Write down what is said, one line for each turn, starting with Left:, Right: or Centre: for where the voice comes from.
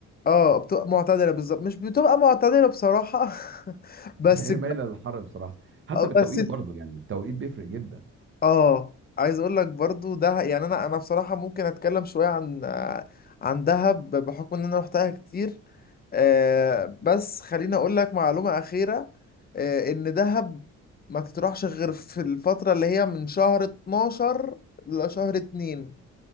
Left: اه بتبقى معتدلة بالظبط مش بتبقى معتدلة بصراحة <laughs>
Right: <laughs>
Left: بس
Right: هي مايلة للحر بصراحة حسب التوقيت
Left: بس
Right: برضو يعني التوقيت بيفرق جدا
Left: اه عايز اقول لك برضو ده يعني انا انا بصراحه ممكن اتكلم شويه عن آه، عن دهب بحكم ان انا روحتها كتير آه، بس خليني اقول لك معلومه اخيره آه، ان دهب ما تطرحش غير في الفتره اللي هي من شهر 12 لشهر 2